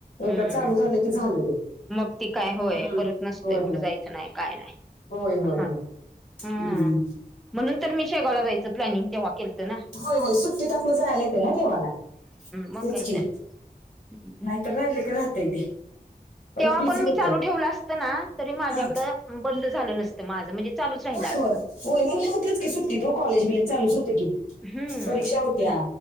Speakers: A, on the left; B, in the centre.
A: एकदा
B: हम्म
A: चालू झालं की झालं ते.
B: मग ती काय होय
A: हम्म
B: परत नसतेय
A: होय
B: कुठे
A: होय
B: जायचं नाही काय नाही.
A: होय होय
B: हा
A: होम्
B: हम्म म्हणून तर शेगाव जायचं प्लॅनिंग तेव्हा. केलंत ना.
A: होय होय सुट्टीत आपलं जायला येते. ना देवाला
B: मग
A: तेच
B: काय
A: की
B: तर हम्म <unintelligible>
A: तर राहिलं की राहतय. ते परत
B: तेव्हा
A: बिझी
B: पण मी
A: होते
B: चालू ठेवलं असतं ना, तरी माझ्याकड
A: हा
B: बंद झालं नसत. माझं म्हणजे चालूच राहिल
A: होय
B: असं.
A: होय होय ना! तेच की सुट्टी हो कॉलेज वगैरे चालू असते. की
B: हम्म
A: परीक्षा होत्या